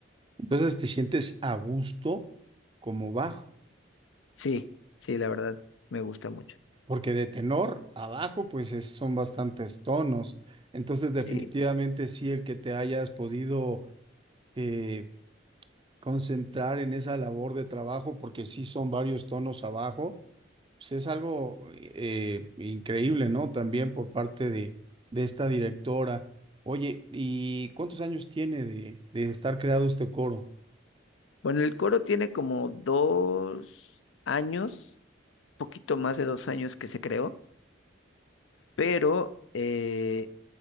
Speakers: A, on the right (about 25°); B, on the left (about 80°).
A: Entonces te sientes a gusto como bajo.
B: Sí, sí, la verdad, me gusta mucho.
A: porque de tenor abajo pues es- son bastantes tonos. Entonces definitivamente
B: Sí.
A: sí el que te hayas podido eh, concentrar en esa labor de trabajo, porque sí son varios tonos abajo, pues es algo eh, increíble, ¿no? También por parte de, de esta directora. Oye, ¿y cuántos años tiene de, de estar creado este coro?
B: Bueno, el coro tiene como dos años, poquito más de dos años que se creó, pero eh,